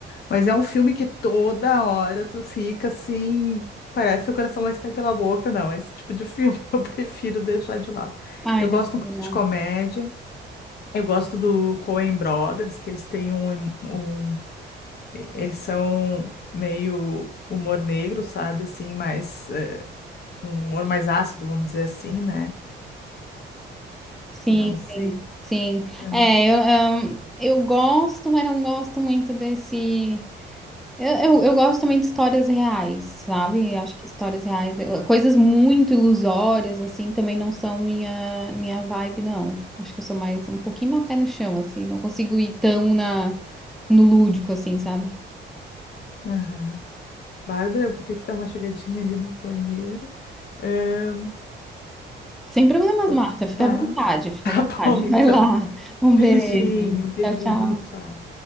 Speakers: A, on the left; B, in the centre.
A: mas é um filme que toda hora tu fica assim. Parece que o coração vai sair pela boca, não. Esse tipo de filme <laughs> eu prefiro deixar de lado.
B: Ai,
A: Eu
B: não,
A: gosto muito
B: não.
A: de comédia. Eu gosto do Coen Brothers, que eles têm um, um- eles são meio humor negro, sabe? Assim, mas um humor mais ácido, vamos dizer assim, né?
B: Sim,
A: Não sei.
B: sim, sim.
A: É,
B: É, eu, ahn, eu gosto, mas não gosto muito desse. Eu, eu, eu gosto também de histórias reais, sabe? Eu Acho que histórias reais, eu- coisas muito ilusórias, assim, também não são minha, minha vibe, não. Acho que eu sou mais um pouquinho mais pé no chão, assim, não consigo ir tão na, no lúdico, assim, sabe?
A: aham. Bárbara, eu vou ter que dar uma chegadinha ali no banheiro. Ahn,
B: Sem problemas,
A: pô,
B: Marta, fica
A: tá,
B: à vontade,
A: <laughs>
B: fica
A: tá
B: à vontade.
A: bom então.
B: <laughs> Vai lá. Um
A: Beijinho,
B: beijo.
A: beijinho,
B: Tchau, tchau.
A: tchau.